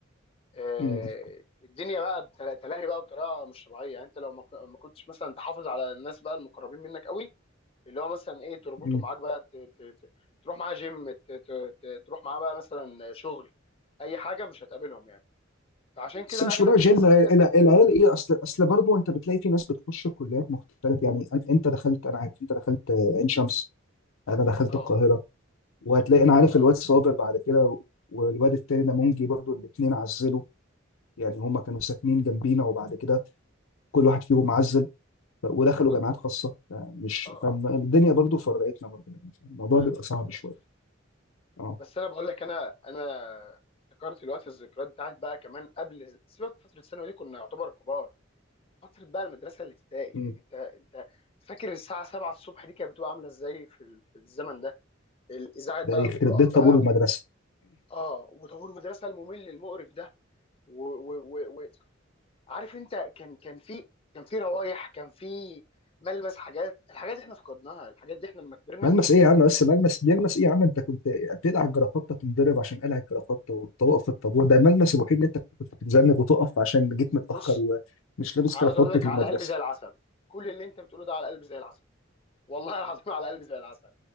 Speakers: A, on the left (about 30°); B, on the left (about 85°).
A: آه،
B: امم
A: الدنيا بقى بتلا- تلاهي بقى بطريقه مش طبيعيه يعني انت لو ما ك- ما كنتش مثلا تحافظ على الناس بقى المقربين منك قوي اللي هو مثلا ايه تربطه
B: امم
A: معاك بقى ت... ت... ت... تروح معاه جيم ت... ت... ت... تروح معاه بقى مثلا شغل اي حاجه مش هتقابلهم يعني فعشان كده
B: بس مش
A: اغلب
B: بروح جيم
A: الناس
B: الع-
A: للاسف
B: العيال
A: ما-
B: ايه اصل اصل برضه انت بتلاقي في ناس بتخش كليات مختلفه يعني أن- انت دخلت انا عارف انت دخلت آه، عين شمس انا دخلت
A: اه
B: القاهره وهتلاقي انا عارف
A: اه
B: الواد
A: اه
B: صابر بعد كده و- والواد التاني ده منجي برضه الاثنين عزلوا يعني هما كانوا ساكنين جنبينا وبعد كده كل واحد فيهم عزل ف- ودخلوا
A: بالظبط
B: جامعات خاصه فمش
A: اه
B: فالدنيا
A: اه
B: برضو فرقتنا برضو يعني الموضوع
A: ما
B: بيبقى صعب
A: للاسف
B: شويه اه
A: بس انا بقول لك انا انا افتكرت الوقت الذكريات بتاعت بقى كمان قبل سيبك فتره الثانوي دي كنا يعتبر كبار فتره بقى المدرسه الابتدائي
B: مم.
A: انت انت فاكر الساعه 7 الصبح دي كانت بتبقى عامله ازاي في ال- في الزمن ده الاذاعه بقى
B: ده يخرب
A: القران
B: بيت
A: بقى
B: طابور المدرسه
A: و... اه وطابور المدرسه الممل المقرف ده و... و... و... و... عارف انت كان كان في كان في روايح كان في ملمس حاجات الحاجات دي احنا فقدناها الحاجات دي احنا لما كبرنا
B: ملمس ايه يا عم بس
A: طب
B: ملمس بيلمس ايه يا عم انت كنت بتقلع الجرافطه تنضرب عشان قلع الجرافطه وتوقف في الطابور ده الملمس الوحيد اللي انت كنت بتتذنب وتقف عشان جيت متاخر
A: بص
B: ومش لابس
A: عاوز
B: جرافطه
A: اقول لك على
B: المدرسه
A: قلبي زي العسل كل اللي انت بتقوله ده على قلبي زي العسل والله العظيم على قلبي زي العسل